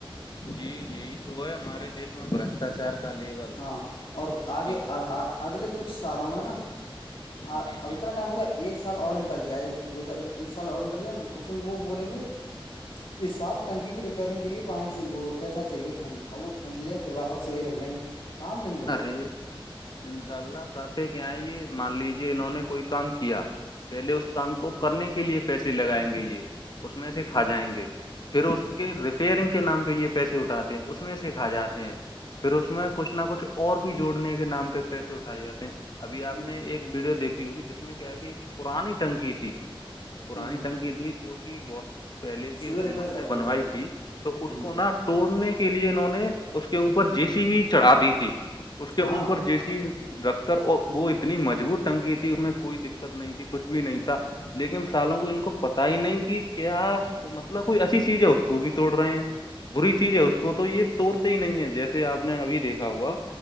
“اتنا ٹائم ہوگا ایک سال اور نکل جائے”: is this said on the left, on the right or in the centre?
Left